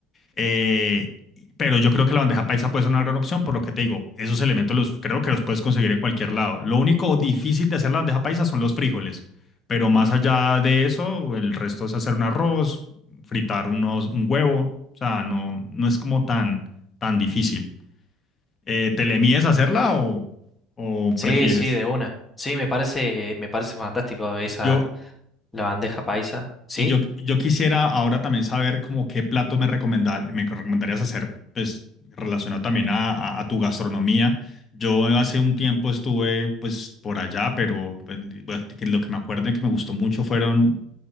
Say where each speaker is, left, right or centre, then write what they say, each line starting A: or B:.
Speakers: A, on the left (about 35°); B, on the left (about 15°).
A: Eh, pero yo creo que la bandeja paisa puede ser una gran opción, por lo que te digo, esos elementos los creo que los puedes conseguir en cualquier lado. Lo único difícil de hacer la bandeja paisa son los frijoles, pero más allá de eso, el resto es hacer un arroz, fritar unos, un huevo, o sea, no, no es como tan, tan difícil. Eh, ¿te le mides a hacerla o, o
B: Sí,
A: prefieres?
B: sí, de una. Sí, me parece, me parece fantástico esa
A: Yo,
B: La bandeja paisa. ¿Sí?
A: Y yo, yo quisiera ahora también saber como qué platos me recomendar, me recomendarías hacer, pues relacionado también a, a- a tu gastronomía. Yo hace un tiempo estuve pues por allá, pero pues, bueno, que lo que me acuerdo y que me gustó mucho fueron